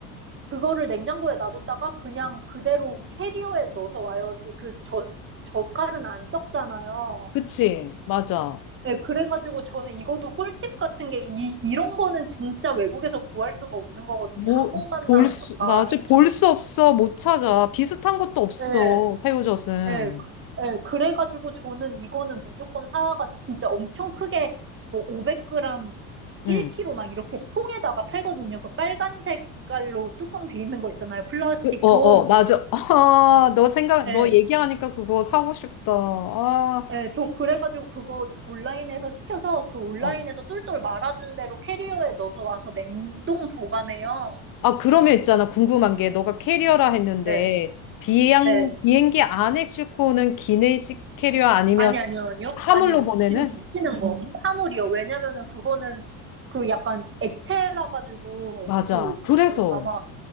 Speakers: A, on the right (about 30°); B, on the left (about 50°).
A: 그거를 냉장고에 놔뒀다가 그냥
B: 어.
A: 그대로 캐리어에 넣어서 와요. 그 젓, 젓갈은 안 썩잖아요.
B: 그치, 맞아.
A: 네, 그래가지고 저는 이것도 꿀팁 같은 게 이, 이런 거는 진짜 외국에서 구할 수가 없는 거거든요.
B: 뭐,
A: 한국만
B: 볼
A: 나는
B: 수,
A: 젓갈.
B: 맞아. 볼 수 없어. 못 찾아. 비슷한 것도 없어.
A: 네.
B: 새우젓은.
A: 예, 그, 예, 그래가지고 저는 이거는 무조건 사와가 진짜 엄청 크게 뭐 500g, 1kg
B: 응.
A: 막 이렇게 통에다가 팔거든요. 그 빨간 색깔로 뚜껑 돼 있는 거 있잖아요. 플라스틱
B: 그, 어,
A: 통.
B: 어, 맞아. <laughs> 아, 너 생각,
A: 예,
B: 너 얘기하니까 그거 사고 싶다. 아,
A: 예, 저 그래가지고 그거 온라인에서 시켜서 그 온라인에서
B: 어.
A: 똘똘 말아준 대로 캐리어에 넣어서 와서 냉동 보관해요.
B: 아, 그러면 있잖아. 궁금한 게, 너가 캐리어라 했는데,
A: 네,
B: 비행,
A: 네.
B: 비행기 안에 싣고 오는 기내식 캐리어 아니면
A: 아니, 아니요, 아니요.
B: 하물로
A: 아니요.
B: 보내는?
A: 짐 붙이는 거. 화물이요. 왜냐면은 그거는 그 약간 액체라 가지고
B: 맞아.
A: 그
B: 그래서,
A: 어, 아마